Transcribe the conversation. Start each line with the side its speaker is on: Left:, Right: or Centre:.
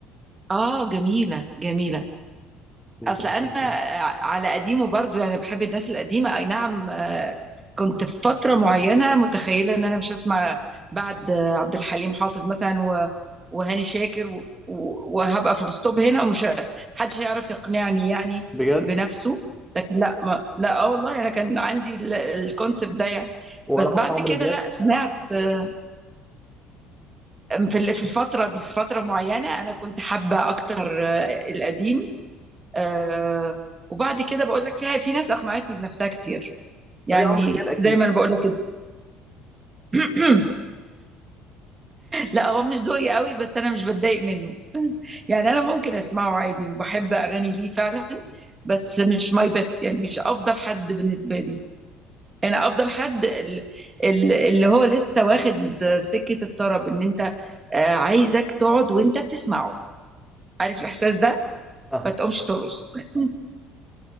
Right: اه جميله جميله
Centre: كنت
Right: اصل
Centre: مفضله
Right: انا آه، على قديمه برضو يعني بحب الناس القديمه اي نعم آه، كنت في فتره معينه متخيله ان انا مش هسمع بعد آه، عبد الحليم حافظ مثلا و- وهاني شاكر و- و- وهبقى في الستوب هنا ومش ه- محدش هيعرف يقنعني يعني
Centre: بجد
Right: بنفسه لكن لا ما لا اه والله انا كان عندي الكونسبت ده يعني
Centre: ولا
Right: بس
Centre: حتى
Right: بعد
Centre: عمرو
Right: كده
Centre: دياب
Right: لا سمعت آه، في ال- في الفتره دي في فتره معينه انا كنت حابه اكتر آه، القديم آه وبعد كده بقول لك فيها في ناس اقنعتني بنفسها كتير
Centre: زي
Right: يعني
Centre: عمرو دياب اكيد
Right: زي ما انا بقول لك كده <clears throat> لا هو مش ذوقي قوي بس انا مش بتضايق منه يعني انا ممكن اسمعه عادي وبحب اغاني ليه فعلا بس مش ماي بيست يعني مش افضل حد بالنسبه لي انا افضل حد ال- ال- اللي هو لسه واخد سكه الطرب ان انت آه، عايزك تقعد وانت بتسمعه عارف الاحساس ده
Centre: فاهم
Right: ما تقومش ترقص <laughs>